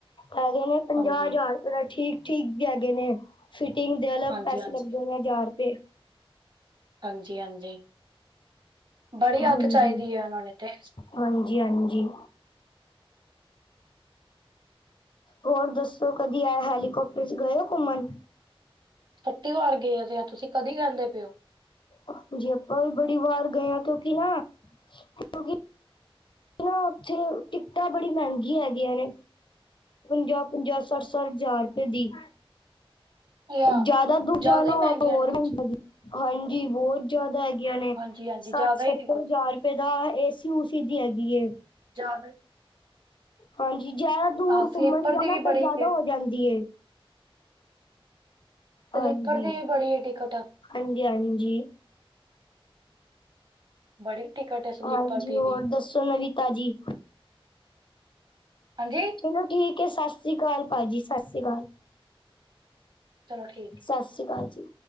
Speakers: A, on the left; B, on the right.
A: ਹੈਗੇ ਨੇ ਪੰਜਾਹ
B: ਹਾਂਜੀ
A: ਹਜ਼ਾਰ ਰੁਪਏ ਦਾ ਠੀਕ ਠੀਕ ਹੈਗੇ ਨੇ ਫਿਟਿੰਗ ਦੇ ਅਲੱਗ
B: ਹਾਂਜੀ
A: ਪੈਸੇ
B: ਹਾਂਜੀ
A: ਲੱਗਦੇ ਨੇ ਹਜ਼ਾਰ ਰੁਪਏ।
B: ਹਾਂਜੀ ਹਾਂਜੀ ਬੜੀ
A: ਹਾਂਜੀ
B: ਅੱਤ ਚਾਹੀਦੀ ਹੈ ਉਹਨਾ ਨੇ ਤੇ
A: ਹਾਂਜੀ ਹਾਂਜੀ। ਹੋਰ ਦੱਸੋ ਕਦੀ ਆ ਹੈਲੀਕਾਪਟਰ ਚ ਗਏ ਹੋ ਘੁੰਮਣ
B: ਛੱਟੀ ਵਾਰ ਗਏ ਤੇ ਆ ਤੁਸੀਂ ਕਦੀ ਕਹਿੰਦੇ ਪ ਹੋ
A: ਹਾਂਜੀ ਆਪਾਂ ਵੀ ਬੜੀ ਵਾਰ ਗਏ ਹ ਕਿਉਕਿ ਨਾ ਕਿਉਂਕਿ ਨਾ ਉੱਥੇ ਟਿਕਟਾਂ ਬੜੀ ਮਹਿੰਗੀ ਹੈਗੀਆਂ ਨੇ ਪੰਜਾਹ ਪੰਜਾਹ ਸੱਠ ਸੱਠ ਹਜ਼ਾਰ ਰੁਪਏ ਦੀ
B: ਯਾ
A: ਜਿਆਦਾ ਦੂਰ
B: ਜ਼ਿਆਦਾ
A: ਜਾਣਾ
B: ਹੀ
A: ਹੋ
B: ਮਹਿੰਗੀਆਂ
A: ਤਾਂ ਹੋਰ
B: ਨੇ ਕੁਛ
A: ਮਹਿੰ ਹਾਂਜੀ ਬਹੁਤ ਜ਼ਿਆਦਾ ਹੈਗੀਆਂ ਨੇ
B: ਹਾਂਜੀ ਹਾਂਜੀ
A: ਸੱਠ
B: ਜ਼ਿਆਦਾ
A: ਸੱਤਰ
B: ਹੀ ਨੇ ਕੁਛ
A: ਹਜ਼ਾਰ ਰੁਪਏ ਦਾ ਏਸੀ ਔਸੀ ਸੀ ਦੀ ਹੈਗੀ ਏ
B: ਜ਼ਿਆਦਾ
A: ਹਾਂਜੀ ਜਿਆਦਾ ਦੂਰ
B: ਹਾਂ
A: ਘੁੰਮਣ
B: ਸਲੀਪਰ
A: ਜਾਓ
B: ਦੀ ਵੀ
A: ਤਾਂ
B: ਬੜੀ
A: ਜ਼ਿਆਦਾ
B: ਹੈ,
A: ਹੋ ਜਾਂਦੀ ਹਾਂਜੀ
B: ਲ ਉਥਰ ਦੇ ਬੜੀ ਗਏ ਟਿਕਟ
A: ਹਾਂਜੀ ਹਾਂਜੀ
B: ਬੜੀ ਟਿਕਟ ਏ ਸਲੀਪਰ
A: ਹਾਂਜੀ
B: ਦੀ
A: ਹੋਰ
B: ਵੀ
A: ਦੱਸੋ ਨਵੀ ਤਾਜੀ
B: ਹਾਂਜੀ
A: ਚਲੋ ਠੀਕ ਹੈ ਸਤਿ ਸ਼੍ਰੀ ਅਕਾਲ ਭਾਜੀ ਸਤਿ ਸ੍ਰੀ ਅਕਾਲ
B: ਚਲੋ ਠੀਕ
A: ਸਤਿ ਸ਼੍ਰੀ ਅਕਾਲ ਜੀ